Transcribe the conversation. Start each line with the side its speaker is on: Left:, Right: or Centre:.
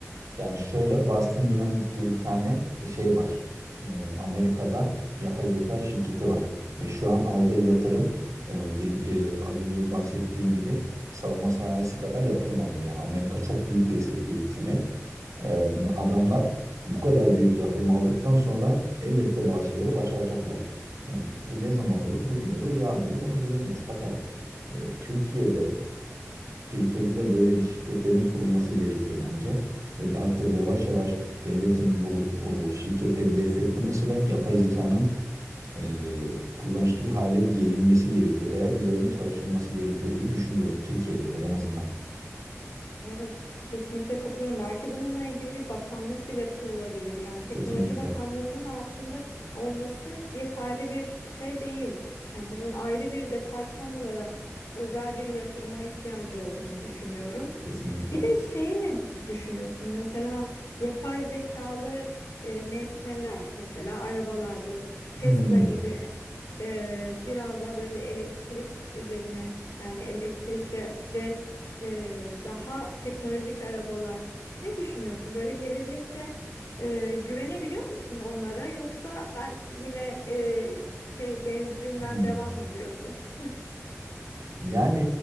Right: Yani şöyle Boston Dynamics diye bir tane e, şey var. Ee, Amerika'da yapay zeka şirketi var. Ve şu an aldığı yatırım e, dedi- e, az önce bahsettiğim gibi savunma sanayisi kadar yatırım alıyor. Yani Amerika çok büyük destekliyor hükümet. Ee, adamlar bu kadar büyük yatırım aldıktan sonra elbette bazı şeyleri başaracaklar. Yani bu ne zaman olur? Bugün olur, yarın olur onu bilemeyiz. Fakat e, Türkiye'de Türkiye'de de böyle bir şirketlerin kurulması gerekiyor bence. Ve artık yavaş yavaş devletin bu o şirketleri desteklemesi ve yapay zekanın e, kullanışlı bir hale gelinmesi gerekiyor veya üzerinde çalışılması gerekiyor diye düşünüyorum Türkiye'de de en azından.
Left: Evet, kesinlikle katılıyorum. Belki bununla ilgili bir bakanlık bile kurulabilir. Yani Teknoloji
Right: Kesinlikle.
Left: Bakanlığı'nın altında olması yeterli bir şey değil. Yani bunun ayrı bir departman olarak özel bir yatırıma ihtiyacı olduğunu düşünüyorum.
Right: Kesinlikle.
Left: Bir de şeyi ne düşünüyorsun? Mesela yapay zekalı e, nesneler, mesela arabalar bu Tesla
Right: Hmm.
Left: gibi e, biraz daha böyle elektrik üzerine yani elektrikli ve e, daha teknolojik arabalar. Ne düşünüyorsun? Böyle gelecekte e, güvenebiliyor musun onlara yoksa ben yine e, şey benzinden
Right: Hmm.
Left: devam mı diyorsun? <laughs>
Right: Yani